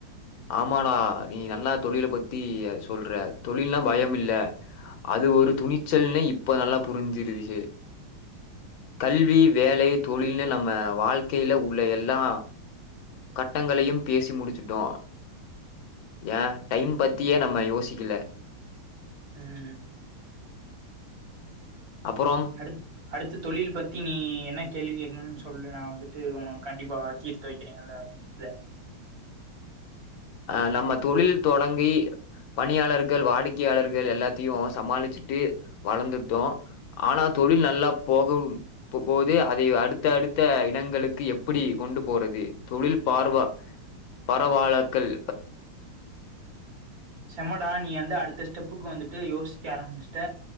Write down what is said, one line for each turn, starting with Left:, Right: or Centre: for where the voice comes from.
Left: ஆமாடா நீ நல்லா தொழில பத்தி சொல்ற தொழில்னா பயம் இல்ல அது ஒரு துணிச்சல்னு இப்ப நல்லா புரிஞ்சிருச்சி கல்வி வேலை தொழில்னு நம்ம வாழ்க்கையில உள்ள எல்லா கட்டங்களையும் பேசி முடிச்சுட்டோ ஏ டைம் பத்தியே நம்ம யோசிக்கில
Right: உம்
Left: அப்புறம்
Right: அடுத் அடுத்த தொழில் பத்தி நீ என்ன கேள்வி கேக்கணுன் ஸ் சொல்லு நா வந்துட்டு உனு கண்டிப்பா தீர்த்து வெக்கிறே அத இத
Left: அஹ் நம்ம தொழில் தொடங்கி பணியாளர்கள் வாடிக்கையாளர்கள் எல்லாத்தியு சமாளிச்சுட்டு வளந்துட்டோ ஆனா தொழில் நல்லா போகம் ப போது அதை அடுத்த அடுத்த இடங்களுக்கு எப்பிடி கொண்டு போறது தொழில் பார்வா பரவால க்கல்
Right: செம்மடா நீ அந்து அடுத்த ஸ்டெப் ப்புக்கு வந்துட்டு யோசிக்க ஆரம்மிச்ட்ட